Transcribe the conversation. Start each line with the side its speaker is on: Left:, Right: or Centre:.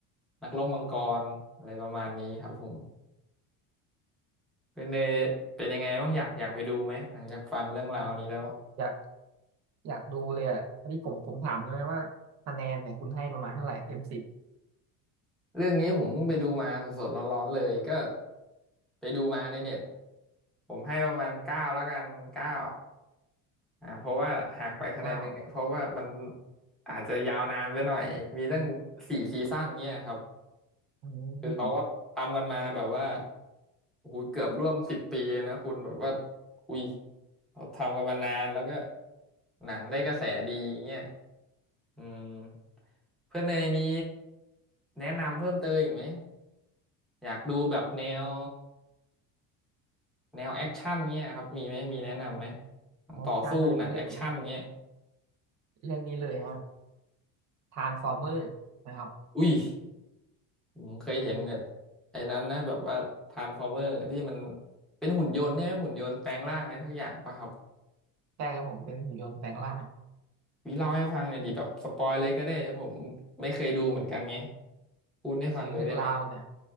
Centre: นักรบมังกรอะไรประมาณนี้ครับผมเป็นเนยเป็นยังไงบ้างอยากอยากไปดูไหมหลังจากฟังเรื่องราวนี้แล้ว
Right: อยากอยากดูเลยอ่ะอันนี้ผมผมถามได้ไหมว่าคะแนนเนี่ยคุณให้ประมาณเท่าไหร่เต็มสิบ
Centre: เรื่องนี้ผมเพิ่งไปดูมาสดๆร้อนๆเลยก็ไปดูมาในเน็ตผมให้ประมาณเก้าแล้วกันเก้าอ่าเพราะว่าหักไปคะแนนหนึ่งเนี่ยเพราะว่ามัน
Right: ประมาณเก้า
Centre: อาจจะยาวนานไปหน่อยมีตั้งสี่ซีซั่นเนี่ยครับ
Right: อืม
Centre: คือเขาก็ทำกันมาแบบว่าโอ้โหเกือบร่วมสิบปีเลยนะคุณแบบว่าอุ้ยเขาทำกันมานานแล้วก็หนังได้กระแสดีเงี้ยอืมเพื่อนเนยมีแนะนำเพิ่มเติมอีกไหม อยากดูแบบแนวแนวแอคชั่นเงี้ยครับมีไหมมีแนะนำไหมหนังต่อสู้หนังแอคชั่นเงี้ย
Right: ใช้ชาตินั่นเรื่องเรื่องนี้เลยฮะทรานส์ฟอร์เมอร์นะครับ
Centre: อุ้ยผมเคยเห็นแบบไอ้นั้นนะแบบว่าทรานส์ฟอร์เมอร์ที่มันเป็นหุ่นยนต์เนี่ยหุ่นยนต์แปลงร่างอะไรทักอย่างป่ะครับ
Right: ใช่ครับผมเป็นหุ่นยนต์แปลงร่าง
Centre: วิเล่าให้ฟังหน่อยดิแบบสปอยเลยก็ได้ผมไม่เคยดูเหมือนกันไงพูดให้ฟังเลยได้ไหม
Right: ก็คือเรื่องราวเนี่ย